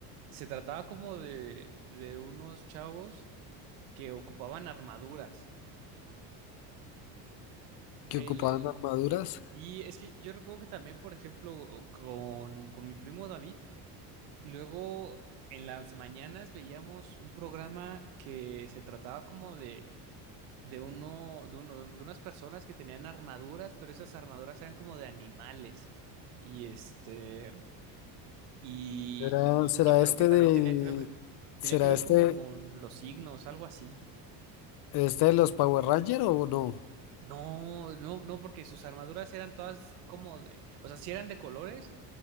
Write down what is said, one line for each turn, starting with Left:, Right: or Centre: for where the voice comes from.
Right: Se trataba como de, de unos chavos que ocupaban armaduras.
Left: que
Right: Que
Left: ocupaban
Right: le-
Left: armaduras.
Right: y es que yo recuerdo que también, por ejemplo, con, con mi primo David, luego en las mañanas veíamos un programa que se trataba como de, de uno, de uno, de unas personas que tenían armaduras, pero esas armaduras eran como de animales. Y este. Y,
Left: ¿Será,
Right: y,
Left: será
Right: y- pero
Left: este
Right: que también
Left: de,
Right: tenía que ver, tenía
Left: será
Right: que ver
Left: este,
Right: como con los signos, algo así.
Left: este de los Power Rangers o no?
Right: No, no, no, porque sus armaduras eran todas como de, o sea, sí eran de colores,